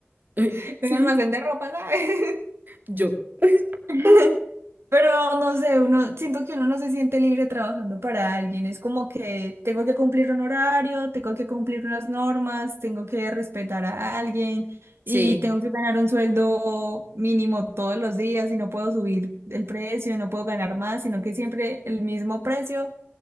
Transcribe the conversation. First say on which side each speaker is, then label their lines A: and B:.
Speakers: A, on the right (about 50°); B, on the right (about 80°).
A: Ay,
B: <laughs>
A: <laughs> sí,
B: en un almacén de ropa, ¿sabes?
A: yo. Ay,
B: <laughs>
A: oh.
B: Pero no sé, uno, siento que uno no se siente libre trabajando para alguien. Es como que tengo que cumplir un horario, tengo que cumplir unas normas, tengo que respetar a alguien
A: Sí.
B: y tengo que ganar un sueldo mínimo todos los días y no puedo subir el precio, no puedo ganar más, sino que siempre el mismo precio,